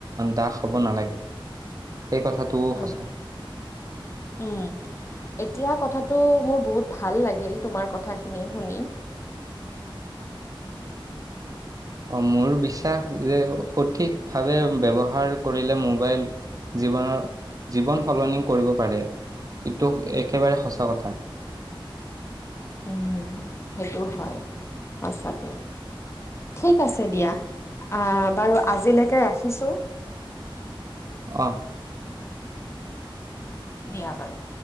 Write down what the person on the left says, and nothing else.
উম উম, এতিয়া কথাটো মোৰ বহুত ভাল লাগিল তোমাৰ কথাখিনি শুনি। <inaudible>
উম সেইটো হয় সচাঁকে। ঠিক আছে দিয়া বাৰু আজিলৈকে ৰাখিছোঁ।
দিয়া বাৰু।